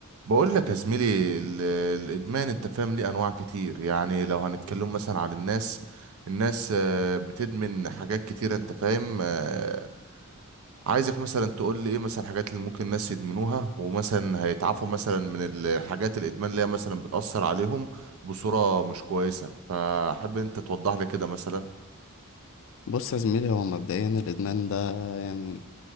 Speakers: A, on the right; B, on the left.
A: بقول لك يا زميلي ال- الادمان انت فاهم ليه انواع كتير يعني لو هنتكلم مثلا عن الناس الناس آه، بتدمن حاجات كتير انت فاهم آه، عايزك مثلا تقول لي ايه مثلا الحاجات اللي ممكن الناس يدمنوها ومثلا هيتعافوا مثلا من الحاجات الادمان اللي هي مثلا بتأثر عليهم بصورة مش كويسة فحب انت توضح لي كده مثلا
B: بص يا زميلي هو مبدئيا الإدمان ده يعني